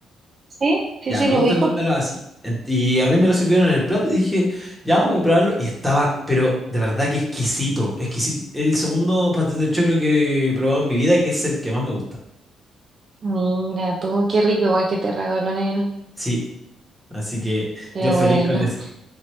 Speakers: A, on the right (about 40°); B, in the centre.
A: ¿Sí? Sí,
B: Ya,
A: sí,
B: me
A: lo
B: gusta
A: ubico.
B: comérmelo así. Ent- Y a mí me lo sirvieron en el plato y dije, ya voy a probarlo. Y estaba, pero de verdad que exquisito, exquisito. El segundo pastel de choclo que he probado en mi vida, que es el que más me gusta.
A: Mira, tú, qué rico igual que te regaló, nen.
B: Sí, así que
A: Qué
B: yo feliz
A: bueno.
B: con eso.